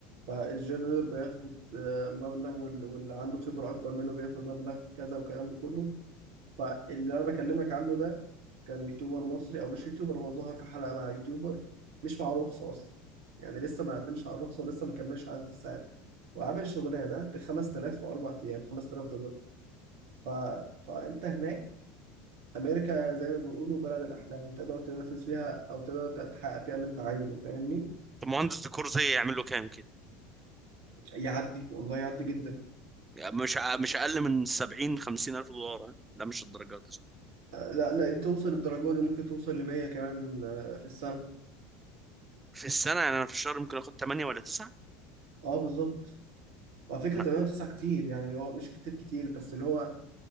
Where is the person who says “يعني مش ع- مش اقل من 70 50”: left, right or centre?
Right